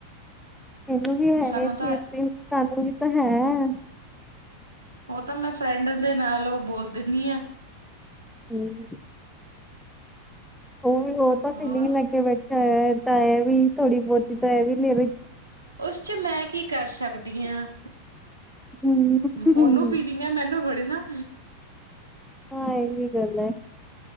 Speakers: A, in the centre; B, on the right.
A: ਇਹਨੂੰ ਵੀ ਹੈ,
B: ਸਾਨੂੰ ਤਾਂ
A: ਤੇ ਸਾਨੂੰ ਵੀ ਤਾਂ ਹੈ
B: ਉਹ ਤਾਂ ਮੈਂ ਫਰੈਂਡ ਦੇ ਨਾਲ ਉਹ ਬੋਲ ਦਿੰਦੀ ਆ
A: ਹਮ ਉਹ ਵੀ ਉਹ ਤਾਂ
B: ਹੋਰ
A: ਫੀਲਿੰਗ ਲੈ ਕੇ ਬੈਠਾ ਹੋਇਆ ਤਾਂ ਇਹ ਵੀ ਥੋੜੀ ਬਹੁਤੀ ਤਾਂ ਇਹ ਵੀ ਲ
B: ਉਸ 'ਚ ਮੈਂ ਕੀ ਕਰ ਸਕਦੀ ਹਾਂ
A: ਹਮ
B: ਉਹਨੂੰ ਫੀਲਿੰਗ ਹੈ, ਮੈਨੂੰ ਥੋੜੀ ਨਾ
A: ਹਾਂ ਇਹ ਵੀ ਗੱਲ ਹੈ,